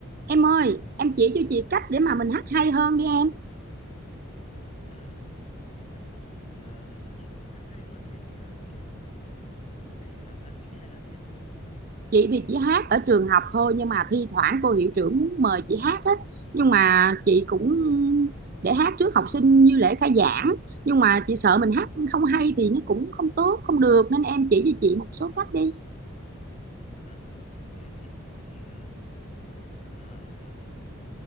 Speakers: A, on the right (about 45°); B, on the left (about 30°).
A: Em ơi, em chỉ cho chị cách để mà mình hát hay hơn đi em.
B: À, dạ vâng chị ờ, chị muốn hát hay hơn để ờ, kiểu ờ, để làm ca sĩ hay là gì ạ?
A: Chị thì chỉ hát ở trường học thôi nhưng mà thi thoảng cô hiệu trưởng muốn mời chị hát á. Nhưng mà chị cũng để hát trước học sinh như lễ khai giảng. Nhưng mà chị sợ mình hát không hay thì nó cũng không tốt, không được nên em chỉ cho chị một số cách đi.
B: Ừm, dạ vâng, ok chị. Thế thì ờ, ờ,